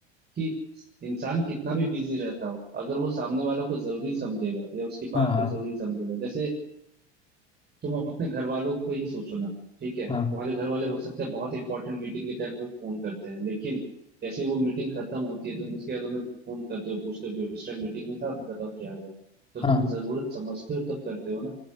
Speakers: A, on the right; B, on the left.
A: कि इंसान कितना भी बिजी रहता हो अगर वो सामने वालों को जरूरी समझेगा या उसकी बात
B: हाँ हाँ
A: को जरूरी समझेगा जैसे तुम अपने घर वालों को ही सोचो ना ठीक है तुम्हारे
B: हाँ
A: घर वाले हो सकते हैं बहुत इंपॉर्टेंट मीटिंग के टाइम पे फोन करते हैं लेकिन जैसे ही वो मीटिंग खत्म होती है तुम उसके बाद उन्हें फोन करते हो पूछते हो कि उस टाइम मीटिंग में था अब बताओ क्या हुआ तो तुम
B: हाँ
A: जरूरत समझते हो तब करते हो ना